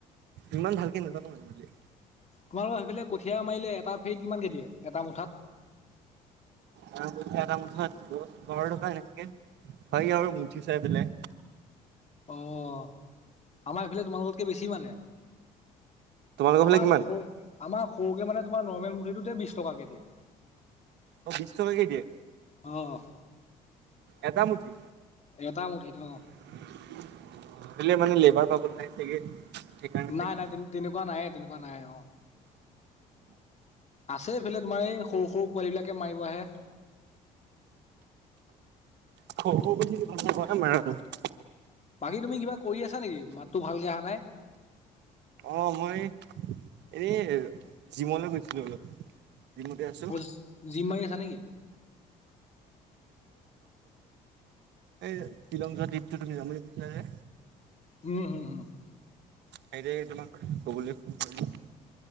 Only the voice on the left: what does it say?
তোমালোকৰ সেইফালে কঠীয়া মাৰিলে, এটা ফেৰিত কিমানকে দিয়ে? এটা মুঠাত?
অ', আমাৰ এইফালে তোমালোকতকে বেছি মানে।
আমাৰ
স, আমাৰ সৰুকে মানে তোমাৰ নৰ্মেল মুঠিটোতে বিশ টকাকে দিয়ে।
অ', অ'
এটা মুঠিত অ'।
নাই
নাই,
তেন তেনেকুৱা নায়ে তেনেকুৱা নাই, অ'। আছে এইফালে তোমাৰ, এই সৰু সৰু পোৱালী বিলাকে মাৰিব আহে।
বাকী তুমি কিবা কৰি আছা নেকি, মাতটো ভালকে অহা নাই।
অ
জিম মাৰি আছা নেকি
উম, উম, উম